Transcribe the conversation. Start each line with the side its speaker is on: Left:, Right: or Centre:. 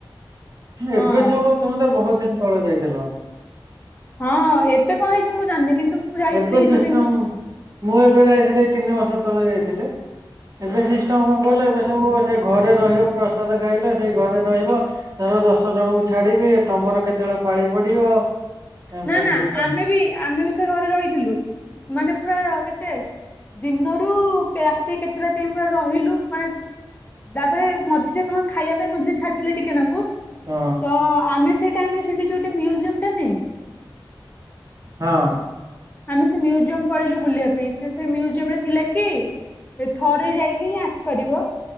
Left: ହଁ।
Right: ଏବେ ସବୁ ତମେ ତ ବୋହୁତ ଦିନ ତଳେ ଯାଇଥିଲ।
Left: ହଁ ଏବେ କଣ ହେଇଚି ମୁଁ ଜାଣିନି, କିନ୍ତୁ ମୁଁ ଯାଇଥିଲି
Right: ଏବେ ସିଷ୍ଟମ
Left: ଯୋଉଠି
Right: ମୁଁ ଏବେ ଯାଇଥିଲି ତିନି ବର୍ଷ ତଳେ ଯାଇଥିଲି ଏବେ ସିଷ୍ଟମ କଣ କହିଲ ଏବେ ସବୁ ସେଇ ଘ ଘରେ ରହିବ ପ୍ରସାଦ ଖାଇଲ ସେଇ ଘରେ ରହିବ ଆଉ ଦଶ ଜଣଙ୍କୁ ଛାଡିବି ତମର କେତେବେଳେ ପାଳି ପଡିବ ଏମିତି
Left: ନା
Right: ସବୁ
Left: ନା
Right: ସିଷ୍ଟମ।
Left: ଆମେ ବି ଆମେ ବି ସେ ଘରେ ରହିଥିଲୁ ମାନେ ପୁରା କେ କେତେ ଦିନରୁ ରାତି କେତେଟା ଯାଇଁ ପୁରା ରହିଲୁ ମାନେ ତାପରେ ମଝିରେ କଣ ଖାଇବା ପାଇଁ ମଝିରେ ଛାଡିଥିଲେ ଟିକେ ନାକୁ।
Right: ହଁ
Left: ତ ଆମେ ସେ ଟାଇମରେ ସେଠି ଯୋଉ ମ୍ୟୁଜିଅମ ଟା ନାଇ
Right: ହଁ
Left: ଆମେ ସେ ମ୍ୟୁଜିୟମ ପଳେଇଲୁ ବୁଲିବା ପାଇଁ ତ ସେ ମ୍ୟୁଜିୟମ ରେ ଥିଲେ କି ଏ ଥରେ ଯାଇକି ହିଁ ଆସିପାରିବ।